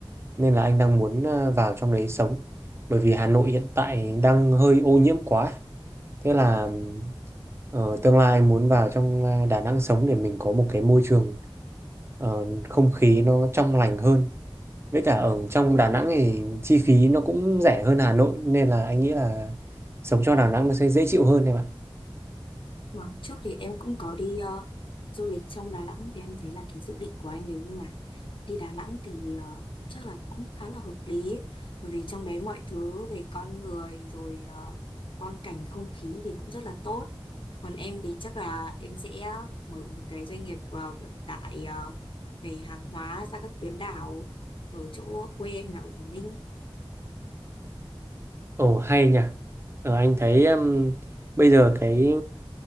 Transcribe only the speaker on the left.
Vâng, trước thì em cũng có đi ờ, du lịch trong Đà Nẵng thì em thấy là cái dự định của anh nếu như mà đi Đà Nẵng thì ờ, chắc là cũng khá là hợp lý bởi vì trong đấy mọi thứ về con người rồi ờ, quang cảnh không khí thì cũng rất là tốt. Còn em thì chắc là em sẽ mở một cái doanh nghiệp ờ, vận tải ờ, về hàng hóa ra các tuyến đảo ở chỗ quê em là ở Quảng Ninh.